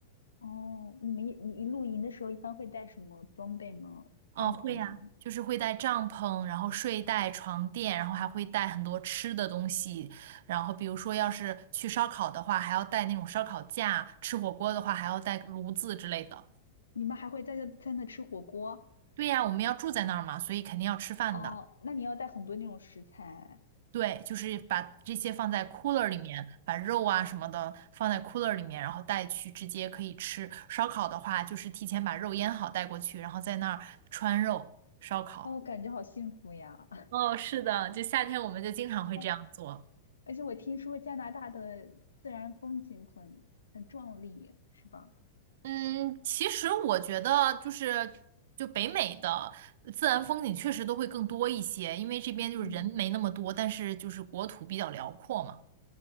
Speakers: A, on the left; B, on the right.
A: 哦，你们一你露营的时候一般会带什么装备呢？
B: 嗯，
A: 帐篷？
B: 会呀，就是会带帐篷，然后睡袋、床垫，然后还会带很多吃的东西，然后比如说要是去烧烤的话，还要带那种烧烤架，吃火锅的话还要带炉子之类的。
A: 你们还会在在那吃火锅？
B: 对呀，我们要住在那儿嘛，所以肯定要吃饭的。
A: 哦，那你要带很多那种食材，
B: 对，就是把这些放在 cooler 里面，把肉啊什么的放在 cooler 里面，然后带去直接可以吃。烧烤的话，就是提前把肉腌好带过去，然后在那儿穿肉烧烤。
A: 哦，感觉好幸福呀！
B: 哦，是的，就夏天我们就经常会这样做。
A: <laughs> 哎，而且我听说加拿大的自然风景很很壮丽，是吧？
B: 嗯，其实我觉得就是就北美的自然风景确实都会更多一些，因为这边就是人没那么多，
A: 嗯，
B: 但是就是国土比较辽阔嘛。